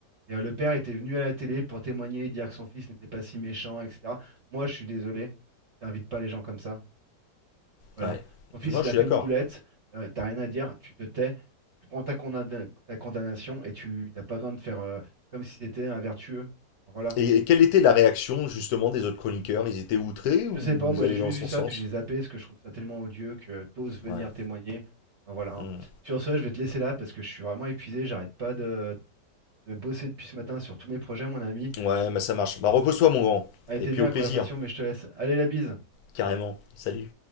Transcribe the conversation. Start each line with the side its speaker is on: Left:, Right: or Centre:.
Right: Et euh, le père était venu à la télé pour témoigner et dire que son fils n'était pas si méchant, etc. Moi, je suis désolé, t'invites pas les gens comme ça. Voilà.
Left: Ouais.
Right: Son fils,
Left: Moi,
Right: il
Left: je
Right: a
Left: suis
Right: fait
Left: d'accord.
Right: une boulette, euh, t'as rien à dire, tu te tais, tu prends ta, condamna- ta condamnation et tu t'as pas besoin de faire euh, comme si c'était un vertueux. Voilà.
Left: Et, et quelle était la réaction justement des autres chroniqueurs? Ils étaient outrés ou
Right: Je sais pas, moi
Left: ils
Right: j'ai
Left: allaient
Right: juste
Left: dans son
Right: vu ça,
Left: sens?
Right: puis j'ai zappé, parce que je trouve ça tellement odieux que t'oses venir
Left: Ouais.
Right: témoigner. Enfin, voilà. hein.
Left: Mm.
Right: Sur ce, je vais te laisser là parce que je suis vraiment épuisé, j'arrête pas de, de bosser depuis ce matin sur tous mes projets, mon ami.
Left: Ouais, mais ça marche. Bah repose-toi,
Right: Et,
Left: mon grand.
Right: a été
Left: Et puis
Right: bien
Left: au
Right: la
Left: plaisir,
Right: conversation, mais je te laisse. Allez, la bise!
Left: carrément. Salut.